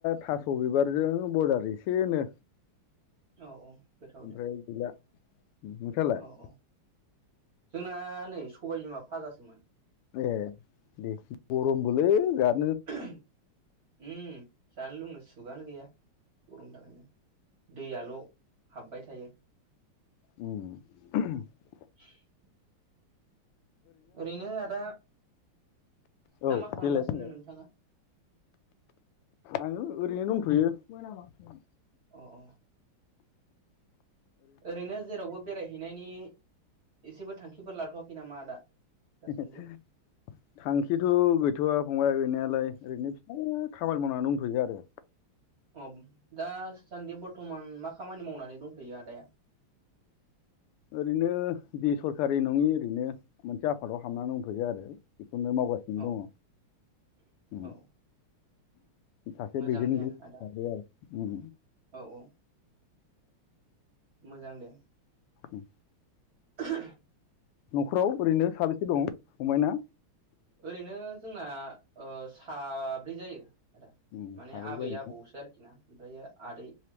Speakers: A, on the left; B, on the right.
A: थास' बिबारजों बायलार एसेनो
B: औ औ गोथाव
A: ओमफ्राय
B: दे
A: गैला नोंस्रालाय
B: औ औ जोंना नै सबाय बिमा फाजासोमोन।
A: ए दे गरमबोलै बिरात
B: उम जानो लोंनो सुगानो गैया गरमनि थाखायनो दैयाल' हाबबाय थायो
A: उम
B: <inaudible> ओरैनो आदा
A: औ
B: दा मा खालामगासिनो
A: देलाय बुंलाय
B: नोंथाङा?
A: आङो ओरैनो दंथ'यो।
B: अ अ ओरैनो जेरावबो बेरायहैनायनि एसेबो थांखिफोर लाथ'वाखै नामा आदा? दासान्दि
A: <unintelligible> थांखिथ' गैथ'वा फंबाय गैनायालाय ओरैनो फिसा खामानि मावना दोंथयो आरो
B: अ दासान्दि बरतमान मा खामानि मावनानै दंथ'यो आदाया?
A: ओरैनो बेसरकारि नङि ओरैनो मोनसे आफादाव हाबनानै दंथ'यो आरो बे- खौनो मावगासिनो
B: औ
A: दङ उम
B: औ
A: सासे
B: मोजां
A: दैदेनगिरि
B: दे आदा
A: आरो उम
B: औ औ मोजां दे
A: उम
B: <unintelligible>
A: न'खराव ओरैनो साबेसे दं फंबायना?
B: ओरैनो जोंना ओ साब्रै जायो। आदा
A: उम
B: माने
A: साब्रै
B: आबै
A: जायोना
B: आबौसो आरोखि ना ओमफ्रायो आदै